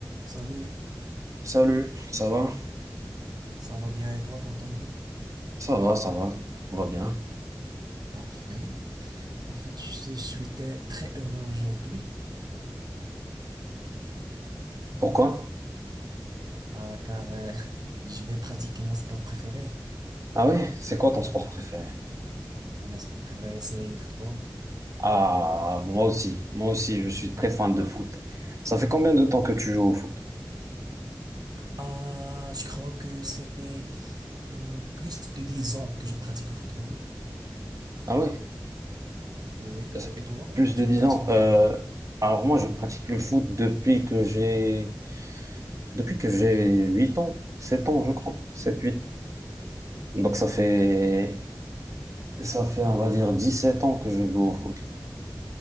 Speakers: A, on the right; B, on the right.
A: Salut,
B: Salut, ça va?
A: ça va bien et toi, comment allez-vous?
B: Ça va, ça va, on va bien.
A: Parfait. Parfait, je suis je suis très très heureux aujourd'hui
B: Pourquoi?
A: euh, car euh, <laughs> je vais pratiquer mon sport préféré.
B: Ah oui, c'est quoi ton sport préféré?
A: Ah, mon sport préféré, c'est le football.
B: Ah, moi aussi, moi aussi, je suis très fan de foot. Ça fait combien de temps que tu joues au foot?
A: Ah, je crois que c'est hum, plus de 10 ans que je pratique le football.
B: Ah oui,
A: Oui.
B: c'est
A: Et toi,
B: plus
A: tu
B: de 10
A: pratiques
B: ans.
A: le football?
B: Euh, alors moi, je pratique le foot depuis que j'ai depuis que j'ai 8 ans, 7 ans, je crois, sept-huit. Donc ça fait
A: D'accord.
B: ça fait, on va dire, 17 ans que je joue au foot.